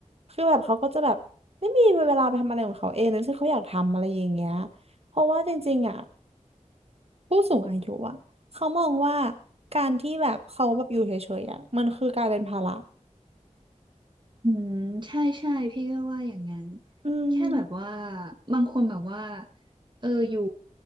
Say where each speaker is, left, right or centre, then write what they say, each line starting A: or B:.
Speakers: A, on the right; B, on the right.
A: คือแบบเขาก็จะแบบไม่มีเวลาไปทำอะไรของเขาเองหรือที่เขาอยากทำอะไรอย่างเงี้ยเพราะว่าจริงๆอ่ะผู้สูงอายุอ่ะเขามองว่าการที่แบบเขาแบบอยู่เฉยๆอ่ะมันคือการเป็นภาระ
B: อืมใช่ใช่พี่ก็ว่าอย่างนั้น
A: อืม
B: แค่แบบว่าบางคนแบบว่าเอออยู่